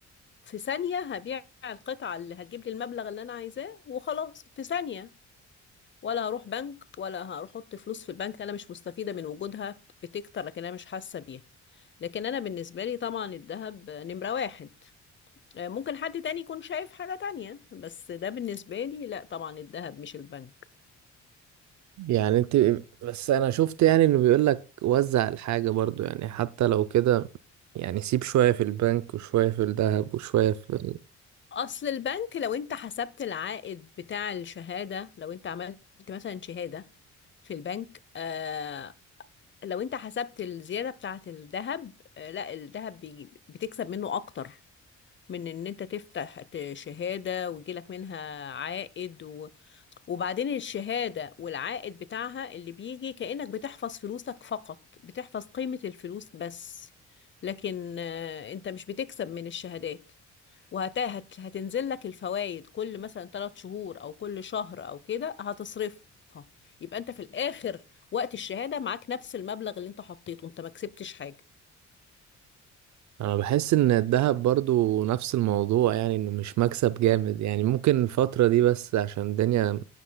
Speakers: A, on the left (about 40°); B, on the right (about 70°).
A: في ثانيه هبيع القطعه اللي هتجيب لي المبلغ اللي انا عايزاه وخلاص في ثانيه ولا هروح بنك ولا هروح احط فلوس في البنك انا مش مستفيده من وجودها بتكتر لكن انا مش حاسه بيها لكن انا بالنسبه لي طبعا الذهب نمره واحد آه، ممكن حد تاني يكون شايف حاجه تانية بس ده بالنسبه لي لا طبعا الذهب مش البنك
B: يعني انت بس انا شفت يعني انه بيقول لك وزع الحاجة برضو يعني حتى لو كده يعني سيب شوية في البنك وشوية في الذهب وشوية في ال...
A: اصل البنك لو انت حسبت العائد بتاع الشهاده لو انت عملت مثلا شهاده في البنك آه لو انت حسبت الزياده بتاعه الذهب آه لا الذهب بيجي بتكسب منه اكتر من ان انت تفتح ت- شهاده ويجيلك منها عائد وبعدين الشهادة والعائد بتاعها اللي بيجي كأنك بتحفظ فلوسك فقط بتحفظ قيمة الفلوس بس لكن آه، انت مش بتكسب من الشهادات وهتنزل لك الفوائد كل مثلا ثلاث شهور او كل شهر او كده هتصرفها يبقى انت في الاخر وقت الشهادة معاك نفس المبلغ اللي انت حطيته انت ما كسبتش حاجة
B: انا بحس ان الذهب برضو نفس الموضوع يعني انه مش مكسب جامد يعني ممكن الفترة دي بس عشان الدنيا